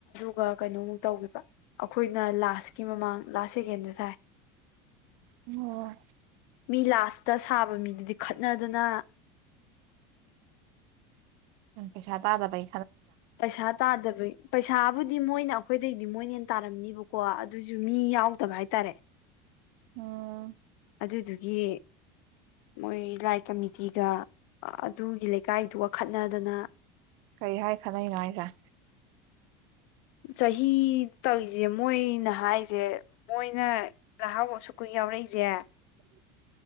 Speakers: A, on the left; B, on the right.
A: ꯑꯗꯨꯒ ꯀꯩꯅꯣꯃꯨꯛ ꯇꯧꯕ ꯑꯩꯈꯣꯏꯅ ꯂꯥꯁꯀꯤ ꯃꯃꯥꯡ ꯂꯥꯁ ꯁꯦꯀꯦꯟꯗ ꯊꯥꯏ
B: ꯎꯝ
A: ꯃꯤ ꯂꯥꯁꯇ ꯁꯥꯕ ꯃꯤꯗꯨꯗꯤ ꯈꯠꯅꯗꯨꯅ
B: ꯑꯦꯁꯥ ꯇꯥꯗꯕꯥꯏ
A: ꯄꯩꯁꯥ ꯇꯥꯗꯕꯩ ꯄꯩꯁꯥꯕꯨꯗꯤ ꯃꯣꯏꯅ ꯑꯩꯈꯣꯏꯗꯩꯗꯤ ꯃꯣꯏꯅ ꯇꯥꯔꯝꯅꯤꯕꯀꯣ ꯑꯗꯨꯏꯁꯨ ꯃꯤ ꯌꯥꯎꯗꯕ ꯍꯥꯏꯇꯥꯔꯦ
B: ꯑꯝ
A: ꯑꯗꯨꯗꯨꯒꯤ ꯃꯣꯏ ꯂꯥꯏ ꯀꯃꯤꯇꯤꯒ ꯑꯗꯨꯒꯤ ꯂꯩꯀꯥꯏꯗꯨ ꯋꯥꯈꯠꯅꯗꯅ
B: ꯀꯔꯤ ꯍꯥꯏ ꯈꯅꯩꯅꯣ ꯍꯥꯏꯁꯦ
A: ꯆꯍꯤ ꯇꯧꯔꯤꯁꯦ ꯃꯣꯏꯅ ꯍꯥꯏꯁꯦ ꯃꯣꯏꯅ ꯅꯍꯥꯎꯕꯁꯨ ꯀꯨꯏ ꯌꯥꯎꯔꯛꯏꯁꯦ
B: ꯎꯝ